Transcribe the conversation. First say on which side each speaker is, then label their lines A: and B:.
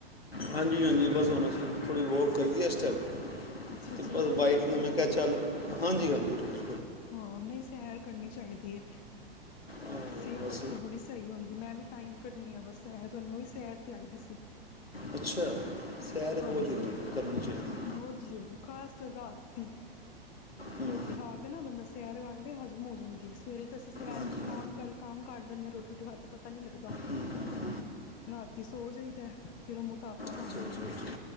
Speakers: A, on the left (about 80°); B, on the left (about 25°).
A: ਹਾਂਜੀ-ਹਾਂਜੀ, ਬੱਸ ਹੁਣ ਅਸੀਂ ਥੋੜੀ ਵੋਕ ਕਰਲੀ ਇਸ ਟਾਈਮ
B: ਅੱਛਾ
A: ਅਤੇ
B: ਅੱਛਾ ਰੋਜ਼
A: ਉਹ ਵਾਈਫ
B: ਕਰਦੇ
A: ਨੇ
B: ਹੋ
A: ਮੈਂ
B: ਵੋਕ
A: ਕਿਹਾ ਚੱਲ ਹਾਂਜੀ-ਹਾਂਜੀ ਰੋਜ਼
B: ਹਾਂ, ਨਹੀਂ ਸੈਰ ਕਰਨੀ ਚਾਹੀਦੀ ਐ
A: ਆਹੋ,
B: ਸਿਹਤ
A: ਬਸ
B: ਆਸਤੇ ਬੜੀ ਸਹੀ ਹੁੰਦੀ ਮੈਂ ਵੀ ਟਾਈਮ ਕੱਢਣੀ ਆ ਬੱਸ ਸ਼ਾਇਦ ਵੀ ਸੈਰ ਤੇ ਆਈ ਦੀ ਸੀ।
A: ਅੱਛਾ, ਸੈਰ
B: ਹਾਂਜੀ
A: ਬਹੁਤ ਜ਼ਰੂਰ ਕਰਨੀ ਚਾਹੀਦੀ ਆ
B: ਬਹੁਤ ਜ਼ਰੂਰੀ ਖ਼ਾਸ ਕਰ ਰਾਤ ਦੀ,
A: ਹੂੰ,
B: ਰੋਟੀ
A: ਹੂੰ।
B: ਖਾ ਕੇ ਨਾ ਬੰਦਾ ਸੈਰ ਕਰ ਲਏ ਹਜ਼ਮ ਹੋ ਜਾਂਦੀ ਆ ਸਵੇਰੇ ਤਾਂ ਅਸੀਂ ਸੈਰ
A: ਹਾਂਜੀ ਹਾਂਜੀ
B: ਕੰਮ ਕ ਕੰਮ ਕਰ ਲੈਂਦੇ ਹਾਂ ਰੋਟੀ ਰੋਟੀ ਖਾ ਕੇ ਪਤਾ ਨਹੀਂ ਲੱਗਦਾ।
A: ਹਮ-ਹਮ।
B: ਰਾਤੀ ਸੋ ਜਾਈਦਾ, ਫਿਰ ਉਹ ਮੋਟਾਪਾ ਬਣ
A: ਅੱਛਾ
B: ਜਾਂਦਾ
A: ਅੱਛਾ
B: ਏ।
A: ਅੱਛਾ, ਅੱਛਾ